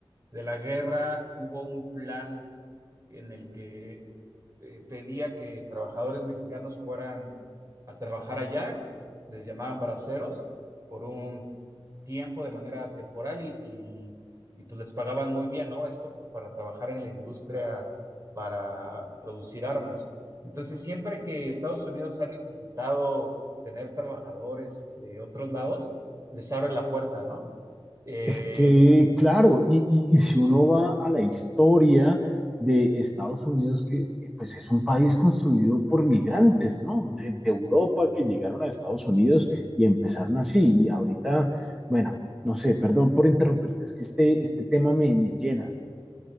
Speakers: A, on the right; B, in the centre.
A: de la guerra hubo un plan en el que eh, pedía que trabajadores mexicanos fueran a trabajar allá, les llamaban braceros, por un tiempo de manera temporal y, y, y, pues les pagaban muy bien, ¿no? Esto pues, para trabajar en la industria para producir armas. Entonces, siempre que Estados Unidos ha necesitado tener trabajadores de otros lados, les abre la puerta, ¿no? Eh,
B: Es que, claro, y, y- y si uno va a la historia de Estados Unidos, que eh, pues es un país construido por migrantes, ¿no? De, de Europa que llegaron a Estados Unidos y empezaron así. Y ahorita, bueno, no sé, perdón por interrumpirte, es que este, este tema me, me llena.